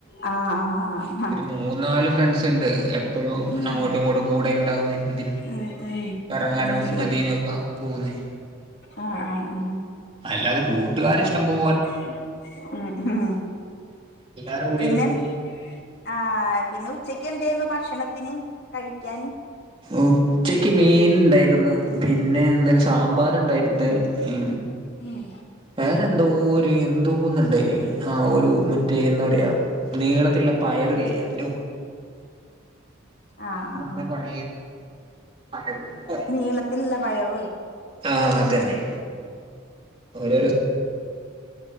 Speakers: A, on the left; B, on the right.
A: ആഹ് ആഹ് ആഹ്
B: ഒരു മൂന്ന നാല് ഫ്രണ്ട്സ് ഉണ്ട് എപ്പോഴും
A: ഉം
B: അങ്ങോട്ടും ഇങ്ങോട്ടും കൂടെ ഉണ്ടാവുന്ന എന്തിനും
A: ഉം ഉം
B: കറങ്ങാനും
A: എന്നാ ശരി
B: നദീനൊക്കെ പോവുന്നേ
A: ആഹ് ആഹ് ആഹ്
B: അല്ലാതെ കൂട്ടുകാ ഇഷ്ടം പോ
A: ആ ഉം
B: എല്ലാരും കൂടിയൊക്കെ
A: പിന്നെ
B: പോകും
A: ആ പിന്നെ ഉച്ചക്ക് എന്തുന്നു ഭക്ഷണത്തിന് ക്കാന
B: ഉച്ചക്ക് മീൻ ഉണ്ടായിന്ന് പിന്നെ എന്തായാലും സാമ്പാർ ഉണ്ടായിന്ന ഉ
A: ഉം
B: വേറെന്താ എന്തോ ഒന്ന് ഉണ്ടായിൻ ആ ഒരു മറ്റേ എന്താ പറയാ നീളത്തിലുള്ള പയറില്ലേ അതിന്റെ
A: ആഹ് ആഹ്
B: ൻ എന്താ പറയ പയറ്ന്ന് പറയും
A: നീളത്തില്ല പയർവ്
B: ആ അതന്നെ ഓര